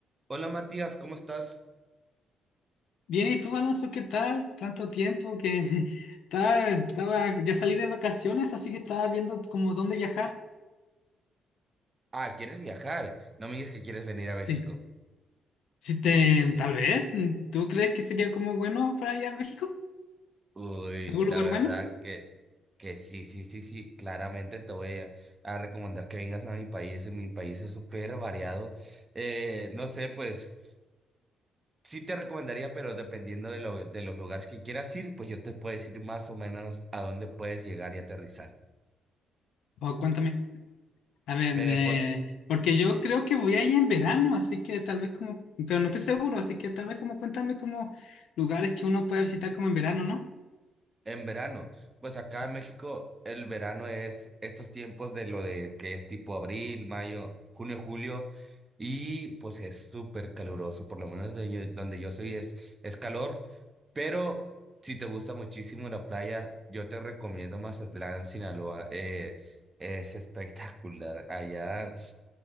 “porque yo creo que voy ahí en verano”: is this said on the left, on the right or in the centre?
Left